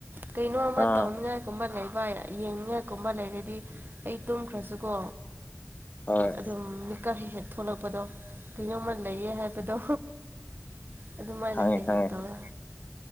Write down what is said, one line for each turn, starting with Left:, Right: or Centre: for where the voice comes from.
Right: ꯀꯩꯅꯣ ꯑꯃ
Left: ꯑꯥ
Right: ꯇꯧꯅꯤꯉꯥꯏ ꯀꯨꯝꯕ ꯂꯩꯕ ꯌꯦꯡꯅꯤꯡꯉꯥꯏ ꯀꯨꯝꯕ ꯂꯩꯔꯗꯤ ꯑꯩ ꯇꯨꯝꯈ꯭ꯔꯁꯨꯀꯣ
Left: ꯍꯣꯏ
Right: ꯑꯗꯨꯝ ꯃꯤꯀꯛ ꯍꯦꯛ ꯍꯦꯛ ꯊꯣꯛꯂꯛꯄꯗꯣ ꯀꯩꯅꯣꯝꯃ ꯂꯩꯌꯦ ꯍꯥꯏꯕꯗꯣ ꯑꯗꯨꯃꯥꯏꯅ
Left: ꯈꯪꯉꯦ
Right: ꯍꯦꯛ
Left: ꯈꯪꯉꯦ
Right: ꯍꯦꯛ ꯇꯧꯋꯦ